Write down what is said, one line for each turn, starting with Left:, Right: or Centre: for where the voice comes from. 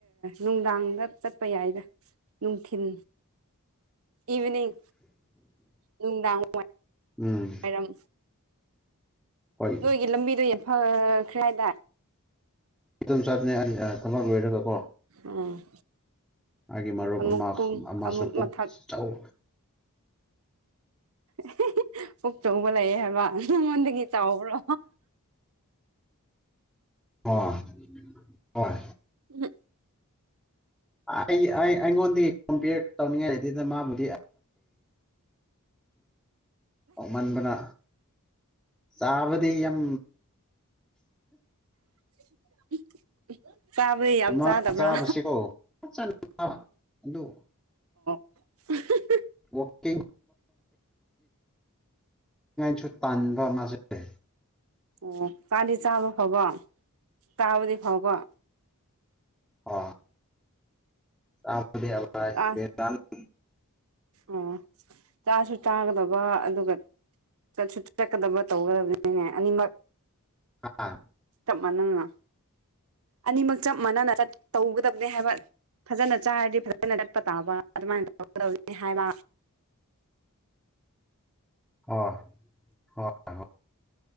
Right: ꯅꯨꯡꯗꯥꯡꯗ ꯆꯠꯄ ꯌꯥꯏꯗ ꯅꯨꯡꯊꯤꯤꯟ ꯏꯚꯅꯤꯡ ꯅꯨꯡꯗꯥꯡ ꯋꯥꯏ
Centre: ꯎꯝ
Right: ꯋꯥꯏꯔꯝ
Centre: ꯍꯣꯏ
Right: ꯅꯣꯏꯒꯤ ꯂꯝꯕꯤꯗꯣ ꯌꯥꯝꯐꯈ꯭ꯔꯦ ꯍꯥꯏꯗꯥ
Centre: ꯑꯗꯨꯝ ꯆꯥꯗꯨꯏꯅꯦ ꯑꯩ ꯊꯕꯛ ꯂꯣꯏꯔꯒ ꯀꯣ
Right: ꯎꯝ
Centre: ꯃꯥꯒꯤ ꯃꯔꯨꯞ
Right: ꯑꯃꯨꯛ
Centre: ꯑꯃꯥꯈ
Right: ꯀꯨꯝ
Centre: ꯑꯃꯥꯁꯨ
Right: ꯑꯃꯨꯛ
Centre: ꯄꯨꯛ
Right: ꯃꯊꯛ
Centre: ꯆꯧ
Right: ꯑꯍꯦꯍꯦ ꯄꯨꯛ ꯆꯧꯕ ꯂꯩꯑꯦ ꯍꯥꯏꯕ ꯅꯪꯉꯣꯟꯗꯒꯤ ꯆꯥꯎꯕ꯭ꯔꯣ
Centre: ꯑꯣ ꯍꯣꯏ
Right: ꯍꯝ
Centre: ꯑ ꯑꯩ ꯑꯩ ꯑꯩꯉꯣꯟ ꯗꯤ ꯀꯝꯄꯤꯌꯔ ꯇꯧꯅꯤꯡꯉꯥꯏ ꯂꯩꯇꯦꯗ ꯃꯥꯕꯨꯗꯤ ꯑꯣꯛ ꯃꯥꯟꯕꯅ ꯆꯥꯕꯗꯤ ꯌꯥꯝ
Right: <inaudible> ꯌꯥꯝ
Centre: ꯃꯥ
Right: ꯆꯥꯗꯕ꯭ꯔꯥ
Centre: ꯆꯥꯕꯁꯤꯀꯣ <inaudible> ꯑꯗꯨ
Right: ꯑꯍꯍ
Centre: ꯋꯥꯀꯤꯡ <unintelligible> ꯇꯥꯟꯕ ꯃꯥꯁꯦ
Right: ꯑꯣ ꯃꯥꯗꯤ ꯆꯥꯕ ꯐꯕ ꯇꯥꯕꯗꯤ ꯐꯪꯕ
Centre: ꯑꯣ ꯆꯥꯕꯗꯤ
Right: ꯑꯥ
Centre: <unintelligible>
Right: ꯑꯣ ꯆꯥꯁꯨ ꯆꯥꯒꯗꯕ ꯑꯗꯨꯒ ꯆꯠꯁꯨ ꯆꯠꯀꯗꯕ ꯇꯧꯒꯗꯕꯅꯤꯅꯦ ꯑꯅꯤꯃꯛ
Centre: ꯍꯥꯥ
Right: ꯆꯞ ꯃꯥꯟꯅꯅ ꯑꯅꯤꯃꯛ ꯆꯞ ꯃꯅꯅ ꯆꯠ ꯇꯧꯒꯗ ꯗꯦ ꯍꯥꯏꯕ ꯐꯖꯅ ꯆꯥꯔꯗꯤ ꯐꯖꯅ <unintelligible> ꯇꯥꯕ ꯑꯗꯨꯃꯥꯏꯅ ꯇꯧꯒꯗꯧꯅꯤ ꯍꯥꯏꯕ
Centre: ꯍꯣꯏ ꯍꯣꯏ ꯍꯣꯏ